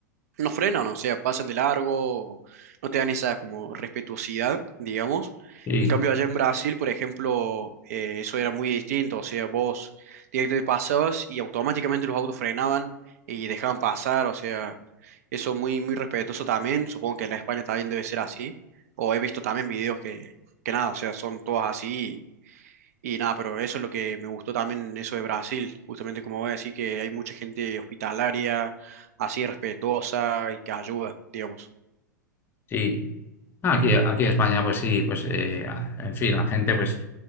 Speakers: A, on the right (about 50°); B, on the left (about 20°).
A: no frenan, o sea, pasan de largo, no te dan esa como respetuosidad, digamos.
B: Sí,
A: En cambio, allá en Brasil, por ejemplo, eh, eso era muy distinto, o sea, vos directamente pasabas y automáticamente los autos frenaban y dejaban pasar, o sea, eso muy, muy respetuoso también, supongo que en la España también debe ser así, o he visto también videos que, que nada, o sea, son todas así y nada, pero eso es lo que me gustó también, eso de Brasil, justamente como voy a decir que hay mucha gente hospitalaria, así respetuosa y que ayuda, digamos.
B: sí. Ah, Aquí, aquí en España, pues sí, pues eh, a- en fin, la gente, pues